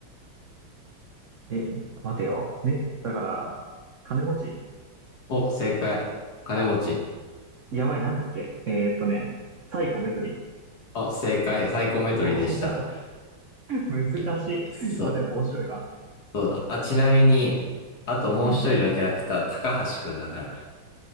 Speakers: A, on the right (about 65°); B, on the left (about 50°).
A: え、待てよ。ね、だから、金持ち。
B: お、正解。金持ち。
A: やばい、なんだっけえーっとね、サイコメトリ。<laughs>
B: お、正解。サイコメトリでした。
A: ほほほ難しい。
B: え、そう。
A: まあでも面白いわ。
B: そう。あ、ちなみに、あともう一人のキャラクター、
A: うん。
B: 高橋くんだから。